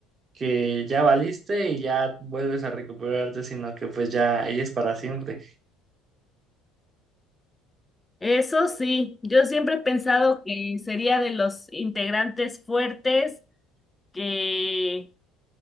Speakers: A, on the right; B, on the left.
A: que ya valiste y ya vuelves a recuperarte, sino que pues ya ahí es para siempre.
B: Eso sí, yo siempre he pensado que sería de los integrantes fuertes, que,